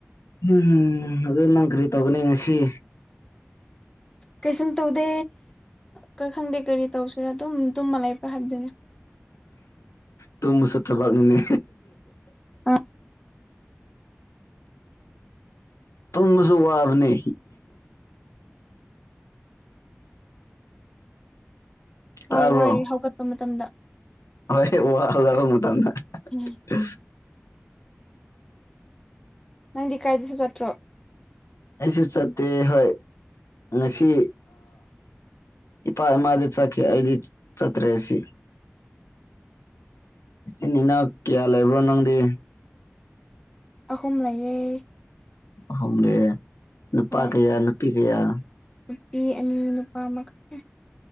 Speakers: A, on the left (about 85°); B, on the left (about 15°).
A: ꯎꯝꯝ ꯑꯗꯨ ꯅꯪ ꯀꯔꯤ ꯇꯧꯒꯅꯤ ꯉꯁꯤ
B: ꯀꯩꯁꯨꯝ ꯇꯧꯗꯦ ꯈꯔ ꯈꯪꯗꯦ ꯀꯔꯤ ꯇꯧꯁꯤꯔꯥ ꯑꯗꯨꯝ ꯇꯝꯃ ꯂ ꯂꯩꯄ ꯍꯥꯏꯕꯗꯨꯅꯤ
A: ꯇꯨꯃꯨꯁꯨ ꯊꯕꯥꯛꯅꯤꯅꯦ
B: <unintelligible>
A: ꯇꯨꯝꯕꯁꯨ ꯋꯥꯕꯅꯦ ꯇꯥꯕ꯭ꯔꯣ
B: ꯍꯣꯏ ꯋꯥꯏ ꯍꯧꯒꯠꯄ ꯃꯇꯝꯗ
A: ꯍꯣꯏ ꯋꯥꯜꯂꯕ ꯃ ꯃꯇꯝꯗ
B: ꯎꯝ
A: ꯎ
B: ꯅꯪꯗꯤ ꯀꯥꯏꯗꯁꯨ ꯆꯠꯇ꯭ꯔꯣ
A: ꯑꯩꯁꯨ ꯆꯠꯇꯦ ꯍꯣꯏ ꯉꯁꯤ ꯏꯄꯥ ꯏꯃꯥꯗꯤ ꯆꯈꯦ ꯑꯩꯗꯤ ꯆꯠꯇ꯭ꯔꯦꯁꯤ ꯏꯆꯤꯟ ꯏꯅꯥꯎ ꯀꯤꯌꯥ ꯂꯩꯕ꯭ꯔꯣ ꯅꯪꯗꯤ
B: ꯑꯍꯨꯝ ꯂꯩꯌꯦ
A: <unintelligible> ꯅꯨꯄꯥ
B: ꯍꯣꯏ
A: ꯀꯌꯥ ꯅꯨꯄꯤ ꯀꯌꯥ
B: ꯅꯨꯄꯤ ꯑꯅꯤ ꯅꯨꯄꯥ ꯑꯃꯈꯛꯇ